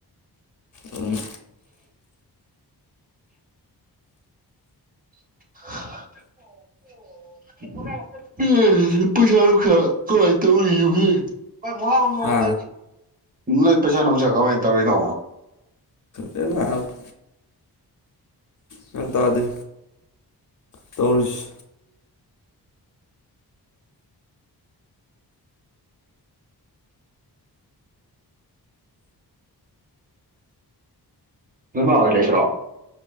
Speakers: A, on the left (about 50°); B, on the right (about 20°).
A: ꯑꯗꯨꯝ
B: <inaudible> <unintelligible> ꯄꯩꯁꯥ ꯅꯨꯡꯁꯥ ꯀꯃꯥꯏ ꯇꯧꯔꯤꯒꯦ ꯌꯨꯝꯗ
A: ꯍꯥ
B: ꯂꯩ ꯅꯣꯏ ꯄꯩꯁꯥ ꯅꯨꯡꯁꯥ ꯀꯃꯥꯏꯅ ꯇꯧꯔꯤꯅꯣ
A: ꯅꯪ ꯂꯥꯛꯑꯕ ꯒ꯭ꯌꯥꯟ ꯇꯥꯗꯦ ꯇꯧꯔꯤꯁ
B: ꯅꯃꯥ ꯍꯣꯏ ꯂꯩꯇꯔꯣ